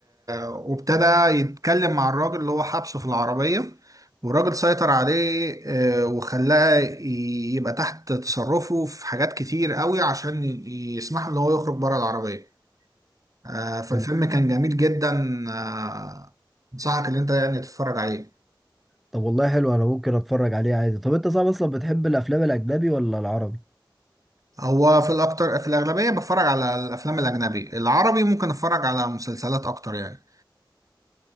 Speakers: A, on the right; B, in the centre.
A: وابتدى يتكلم مع الراجل اللي هو حبسه في العربية والراجل سيطر عليه آه، وخلاه ي- يبقى تحت تصرفه في حاجات كتير قوي عشان ي- يسمح له ان هو يخرج بره العربية آه، فالفيلم
B: طب
A: كان جميل جدا آه، انصحك ان انت يعني تتفرج عليه
B: طب والله حلو أنا ممكن أتفرج عليه عادي طب أنت صعب أصلا بتحب الأفلام الأجنبي ولا العربي؟
A: هو في الاكتر في الاغلبية بتفرج على الافلام الاجنبي العربي ممكن اتفرج على مسلسلات اكتر يعني